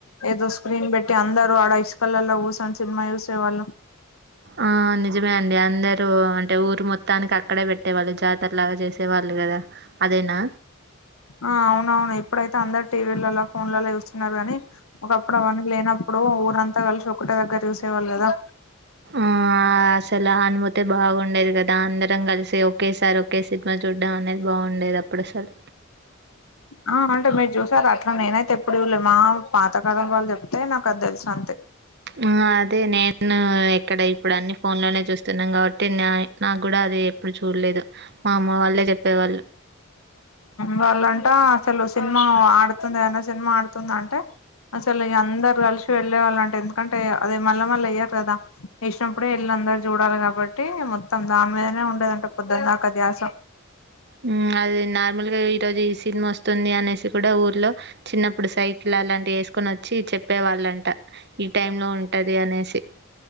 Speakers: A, on the left; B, on the right.
A: ఏదో స్క్రీన్ పెట్టి అందరు ఆడ ఇస్కల్ లల్ల కూసోని సినిమా చూసే వాళ్ళు
B: ఆ నిజమే అండి అందరూ అంటే ఊరు మొత్తానికి అక్కడే పెట్టేవాళ్ళు జాతరలాగా చేసేవాళ్ళు కదా అదేనా
A: ఆ అవునవును ఇప్పుడైతే అందరు టీవీలలో ఫోన్లలో చూస్తున్నారు గాని ఒకప్పుడు అవన్నీ లేనప్పుడు ఊరంతా కలిసి ఒకటే దగ్గర చూసేవాళ్ళు కదా
B: ఆ అసలు అనుమతే బాగుండేది కదా అందరం కలిసి ఒకేసారి ఒ ఓకే సినిమా చూడ్డం అనేది బాగుండేది అప్పుడు అసలు
A: ఆ అంటే మీరు చూసారు అట్లా నేనైతే ఎప్పుడు చూడలే మా పాత కాలం వాళ్ళు చెప్తే నాకు అది తెలుసు అంతే
B: ఉ అదే నేను ఇక్కడ ఇప్పుడు అన్ని ఫోన్ లోనే చూస్తున్నా కాబట్టి తిన నాకు కూడా అది ఎప్పుడు చూడలేదు మా అమ్మ వాళ్ళే చెప్పేవాళ్ళు
A: వాళ్ళంటా అసలు సినిమా ఆడుతుంది ఏనా సినిమా ఆడుతుంది అంటే అసలు ఇగ అందరు కలిసి వెళ్ళే వాళ్ళు అంటే ఎందుకంటే అదే మళ్ళ మళ్ళ ఎయ్యరు కదా! ఏసినప్పుడే ఎళ్ళి అందరు చూడాలి కాబట్టి మొత్తం దాని మీదనే ఉంటదంట పొద్దందాకా ధ్యాస.
B: మ్మ్ అది నార్మల్ గా ఈ రోజు ఈ సినిమా వస్తుంది అనేసి కూడా ఊర్లో చిన్నప్పుడు సైకిల్ అలాంటివి ఏసుకొని వచ్చి చెప్పే వాళ్ళంట ఈ టైం లో ఉంటది అనేసి.